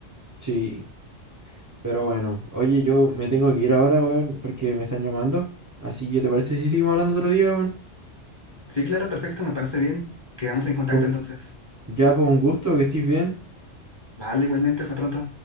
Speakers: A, on the right (about 30°); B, on the left (about 35°).
A: sí. Pero bueno, oye, yo me tengo que ir ahora, weón, porque me están llamando. Así que, ¿te parece si seguimos hablando otro día, weón?
B: Sí, claro, perfecto, me parece bien. Quedamos en contacto
A: Fue un-
B: entonces.
A: Ya, por un gusto, que estés bien.
B: Vale, igualmente, hasta pronto.